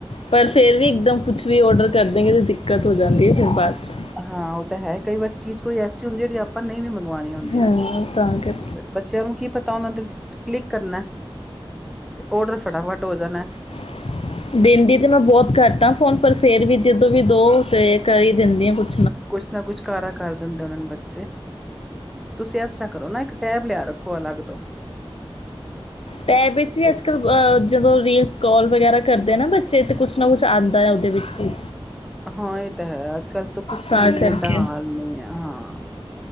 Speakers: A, on the left; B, in the centre.
A: ਪਰ ਫਿਰ ਵੀ ਇੱਕਦਮ ਕੁਛ ਵੀ ਔਡਰ ਕਰ ਦਿਆਗੇ ਤਾਂ ਦਿੱਕਤ ਹੋ ਜਾਂਦੀ ਹੈ ਫਿਰ ਬਾਅਦ ਚੋ
B: ਹਾਂ ਉਹ ਤਾਂ ਹੈ ਕਈ ਵਾਰ ਚੀਜ਼ ਕੋਈ ਐਸੀ ਹੁੰਦੀ ਜਿਹੜੀ ਆਪਾਂ ਨਹੀਂ ਵੀ ਮੰਗਵਾਉਣੀ ਹੁੰਦੀ
A: ਹਾਂ
B: ਨਾ।
A: ਤਾਂ ਕਰ
B: ਫਿਰ ਬੱਚਿਆਂ ਨੂੰ ਕੀ ਪਤਾ ਉਹਨਾਂ ਦੇ ਕਲਿੱਕ ਕਰਨਾ ਤੇ ਔਡਰ ਫਟਾਫਟ ਹੋ ਜਾਣੈ।
A: <inaudible> ਦੇੰਦੀ ਤੇ ਮੈਂ ਬਹੁਤ ਘੱਟ ਆ ਫੋਨ ਪਰ ਫੇਰ ਵੀ ਜਦੋਂ ਵੀ ਦੋ ਤੇ ਕਰ ਹੀ ਦਿੰਦੀ ਆ ਕੁਛ
B: ਕੁਛ ਨਾ ਕੁਛ ਕਾਰਾ ਕਰ ਦਿੰਦੇ ਹੋਣੇ ਨੇ ਬੱਚੇ ਤੁਸੀਂ ਇਸ ਤਰ੍ਹਾਂ ਕਰੋ ਨਾ ਇੱਕ ਟੈਬ ਲਿਆ ਰੱਖੋ ਅਲੱਗ ਤੋਂ
A: ਟੈਬ ਵਿੱਚ ਵੀ
B: ਤੇ
A: ਅੱਜ-ਕੱਲ ਅ ਜਦੋਂ ਰੀਲਸ ਸਕੋਲ ਵਗੈਰਾ ਕਰਦੇ ਨਾ ਬੱਚੇ ਤਾਂ ਕੁਛ ਨਾ ਕੁਛ ਆਉਂਦਾ ਹੈ ਉਹਦੇ ਵਿੱਚ ਵੀ
B: ਹਾਂ ਇਹ ਤਾਂ ਹੈ ਅੱਜ ਕੱਲ੍ਹ ਕੁਛ
A: ਤਾਂ
B: ਚੀਜ਼
A: ਕਰਕੇ
B: ਦੇਣ ਦਾ ਹਾਲ ਨਹੀਂ ਹੈ ਹਾਂ।